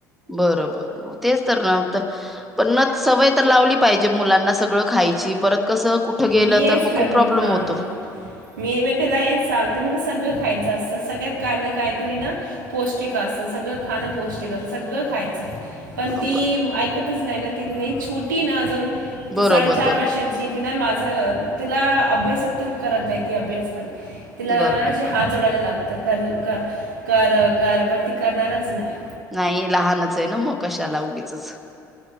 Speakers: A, in the centre; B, on the right.
A: बरोबर, तेच तर ना <unintelligible> पण ना सवय तर लावली पाहिजे मुलांना सगळं खायची. परत कसं कुठं गेलं
B: मी हेच
A: तर मग
B: काल
A: खूप प्रॉब्लेम
B: <unintelligible> हा,
A: होतो.
B: मी म तीला हेच सांगते म सगळं खायचं असत. सगळ्यात काय ना काहीतरी ना, पौष्टिक अस सगळं खाणं पौष्टिक अस सगळं खायचं. पण
A: ब-
B: ती ऐकत तच नाही ना, ती लई छोटीय ना अजून. ती
A: बरोबर
B: साडेचार
A: बरोबर
B: वर्षाची. तिन मा <unintelligible> तीला अभ्यासत करताय ती अभ्यास पण तिला
A: बरोबर
B: अशी
A: बरोबर
B: हात जोडायला लागतं काल का कार, कार पण ती करणारच नाही.
A: नाही लहानचय ना मग, कशाला उगी चच,